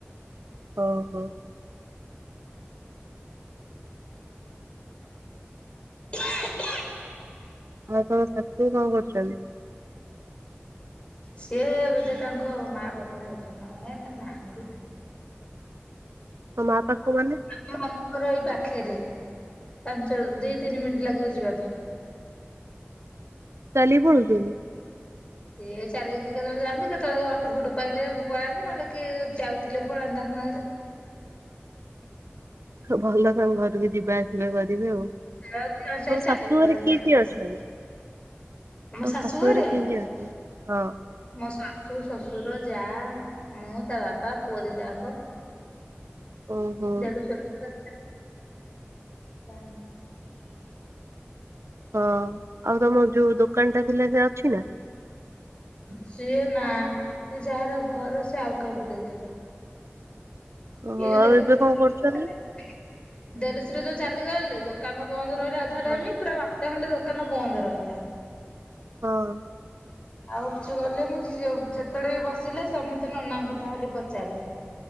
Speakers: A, on the right; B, on the left.
A: ଓ ହୋ।
B: <unintelligible>
A: ଆଉ ତମ ଶାଶୁ କଣ କରୁଚନ୍ତି?
B: ସିଏ ବୋଧେ ତାଙ୍କ ମା ପାଖକୁ ଯାଇଚନ୍ତି ନା କଣ କାଇଁ ତ ନାହାନ୍ତି।
A: ହ ମା। ପାଖକୁ ମାନେ
B: ଆମ ମାମାଙ୍କର ଏଇ ପାଖରେ ପାଞ୍ଚ ଦି ତିନି ମିନିଟ୍ ଲାଗିବ ଯିବା ପାଇଁ।
A: ଚାଲିକି ପଳାଉଚନ୍ତି।
B: ସିଏ ଚାଲିକି କେତେବେଳେ ଯାଆନ୍ତି କେତେବେଳେ ଅଟୋ ଫଟ ପାଇଲେ ପଳାନ୍ତି ନହେଲେ କିଏ ଯାଉଥିଲେ ପଳାନ୍ତି ତାଙ୍କ ସାଙ୍ଗରେ।
A: ଭଲ ତାଙ୍କ ଘରକୁ ଯିବା ଆସିବା କରିବେ ଆଉ।
B: <unintelligible>
A: ତମ
B: ଚାଲିକି
A: ଶାଶୁ ଘରେ
B: ପଳାନ୍ତି
A: କିଏ
B: ଚାଲିକି
A: କିଏ
B: ଆସନ୍ତି
A: ଅଛନ୍ତି?
B: ଆମ
A: ତମ
B: ଶାଶୁ ଘରେ-
A: କିଏ କିଏ ଅଛନ୍ତି? ହଁ
B: ମୋ ଶା ଶାଶୁ, ଶଶୁର, ଯା, ମୁଁ ତା ବାବା ପୁଅ ଦିଇଟା ଯାଙ୍କ
A: ଓହୋ
B: ଦେଢଶୁର କା <unintelligible>
A: ହଁ ଆଉ ତମ ଯୋଉ ଦୋକାନ ଟା ଥିଲା ସେ ଅଛି ନା?
B: ସିଏ ନା ସେ ଯାହାର ଘର ସେ ଆଉ କାହାକୁ ଦେଇଦେଲେ।
A: ଓହୋ
B: ଇଏ ଯଦି
A: ଆଉ
B: ୟାଡୁ
A: ଏବେ କଣ
B: <unintelligible>
A: କରୁଛନ୍ତି?
B: ଦେଢଶୁର ଯୋଉ ଚାଲିଗଲେ ଦୋକାନ ବନ୍ଦ ରାଧା
A: ହଁ
B: ଟାଇମ ପୁରା ବାଟ ସେ ଖଣ୍ଡେ ଦୋକାନ ବନ୍ଦ ରହିଲା।
A: ହଁ।
B: ଆଉ କିଛି ଗଲେନି ଯେ ଯେତେବେଳେ ବି ବସିଲେ ସମେତେ ନନାଙ୍କ କଥା ଖାଲି ପଚାରିଲେ।